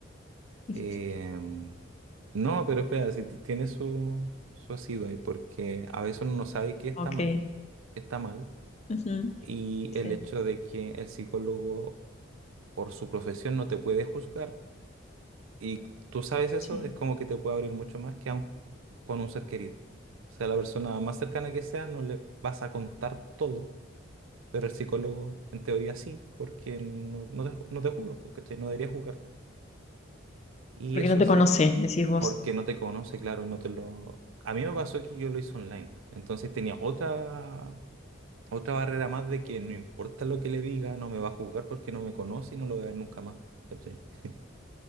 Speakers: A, on the left; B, on the right.
A: <laughs>
B: Em, no, pero espera, si ti- tiene su, su asido ahí, porque a veces uno no sabe qué está
A: Ok.
B: mal, qué está mal,
A: Ujú.
B: y
A: Sí,
B: el hecho de que el psicólogo por su profesión no te puede juzgar Y tú sabes eso,
A: sí.
B: es como que te puede abrir mucho más que aun con un ser querido. O sea, la persona más cercana que sea, no le vas a contar todo, pero el psicólogo en teoría sí, porque no, no te, ju- no te juzga, pues, ¿cachai? No debería juzgarte. Y
A: Porque
B: eso
A: no te
B: hace
A: conoce, decís vos.
B: porque no te conoce, claro, no te lo... A mí me pasó que yo lo hice online, entonces tenía otra, otra barrera más de que no importa lo que le diga, no me va a juzgar porque no me conoce y no lo voy a ver nunca más, ¿cachai? <laughs>